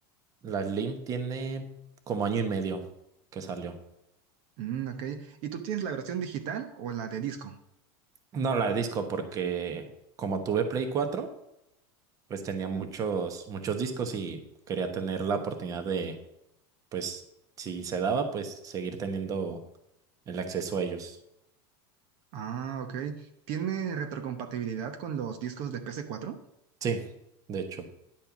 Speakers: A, on the right; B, on the right.
A: La Slim tiene como año y medio que salió.
B: Mm, ok. ¿Y tú tienes la versión digital o la de disco?
A: No, la de disco porque como tuve Play 4, pues tenía muchos, muchos discos y quería tener la oportunidad de pues si se daba, pues seguir teniendo el acceso a ellos.
B: Ah, ok. ¿Tiene retrocompatibilidad con los discos de ps cuatro.
A: Sí, de hecho,